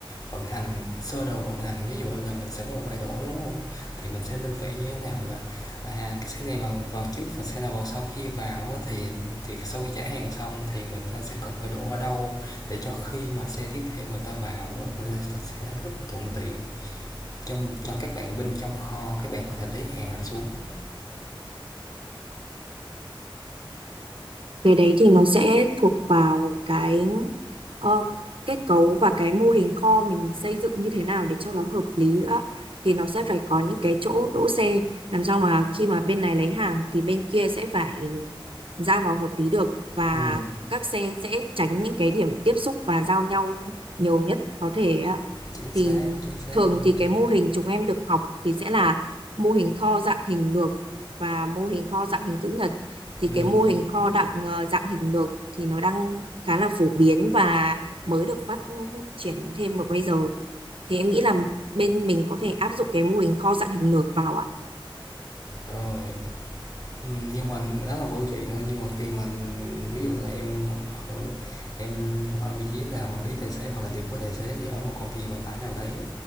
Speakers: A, on the left (about 45°); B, on the right (about 75°).
A: vận hành sơ đồ vận hành ví dụ là mình sẽ có một bãi đổ đúng không thì mình sẽ nên vẽ như thế nào là à, cái xe này vào vào trước và xe nào vào sau khi vào thì thì sau khi trả hàng xong thì người ta sẽ cần phải đổ ở đâu để cho khi mà xe tiếp theo người ta vào người ta sẽ rất là thuận tiện cho cho các bạn binh trong kho các bạn có thể lấy hàng ra xuống
B: Cái đấy thì nó sẽ thuộc vào cái ờ, kết cấu và cái mô hình kho mình xây dựng như thế nào để cho nó hợp lý nữa. Thì nó sẽ phải có những cái chỗ đỗ xe làm sao mà khi mà bên này lấy hàng thì bên kia sẽ phải ra vào hợp lý được và
A: ừ,
B: các xe sẽ tránh những cái điểm tiếp xúc và giao nhau nhiều nhất có thể ạ.
A: chính
B: Thì
A: xác chính xác
B: thường
A: em
B: thì cái mô hình chúng em được học thì sẽ là mô hình kho dạng hình lược và mô hình kho dạng hình chữ nhật thì
A: ừ,
B: cái mô hình kho đặng ờ, dạng hình lược thì nó đang khá là phổ biến và mới được phát triển thêm vào bây giờ thì em nghĩ là bên mình có thể áp dụng cái mô hình kho dạng hình lược vào ạ
A: rồi Ừm, nhưng mà đó là một câu chuyện thôi, nhưng mà khi mà ví dụ là em ở em ở vị trí là quản lý tài xế hoặc là điều phối tài xế thì ở một công ty vận tải nào đấy,